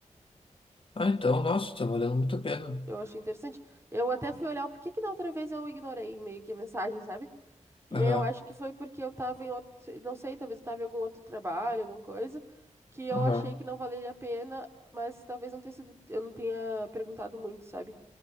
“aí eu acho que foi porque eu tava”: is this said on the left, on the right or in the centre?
Right